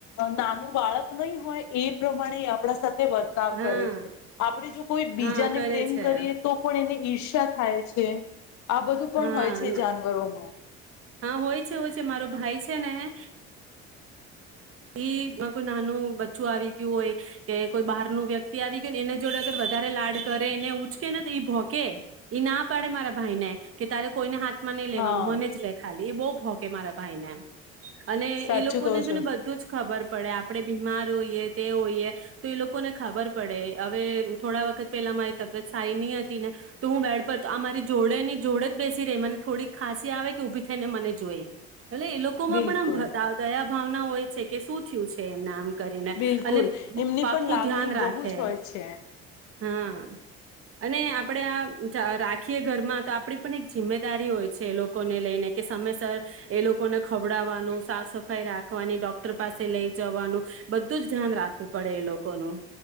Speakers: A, on the left (about 60°); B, on the right (about 45°).
A: નાનું બાળક નહી હોય એ પ્રમાણે આપણા સા થે વર્તાવ
B: હા
A: કરે છે. આપણે જો કોઈ બીજાને
B: હા કરે
A: પ્રેમ
B: છે
A: કરીએ તો પણ એને ઈર ઇર્ષા થાય છે. <unintelligible>
B: હા
A: પણ હોય છે જાનવરોમાં
B: હા હોય છે હોય છે મારો ભાઈ નૈ એ <unintelligible> છું આવી ગયું હોય કે કોઈ બહાર ન વ્યક્તિ આવી ગયુંને એના જોડે અગર વધારે લાડ કરે એને ઉચકે ને તો ભોકે ના પાડે મારા ભાઈ ને કે તારે કોઈને હાથ મને લેવાનું
A: હા
B: મને જ લે ખાલી એ બહુ હોકે મારા ભાઈને અને
A: સાચું
B: એ લોકો
A: કહો
B: ને છે
A: છો
B: ને બધ ખબર પડે આપડણે બીમાર હોઈએ તે હોઈએ તો એ લોકોને ખબર પડે હવે થોડા વખત પેલા મારી તબિયત સારી નહી હતી ને તો હું બેડ પર આ મારી જોડે ની જોડે જ બેસી રહી મને થોડી ખાંસી આવે કે ઉભી થઈને મને જોઈ. એ એ લોકો માં
A: બિલકુલ
B: પણ આમ દા દયા ભાવ ના હોય છે કે શું થયું છે એમનામ કરીને
A: બિલકુલ
B: અને
A: એમની
B: પાકું
A: પણ લાગણી
B: ધ્યાન રાખે
A: બહુ જ હોય છે
B: હા અને આપણે આ ચ રાખીએ ઘરમાં તો આપડી પણ એક જિમ્મેદારી હોય છે એ લોકોને લઈને કે સમયસર એ લોકોને ખવડાવવાનું સાફ સફાઈ રાખવાની ડોક ટર પાસે લઈ જવાનું બધું જ ધ્યાન રાખવું પડે એ લોકોનું.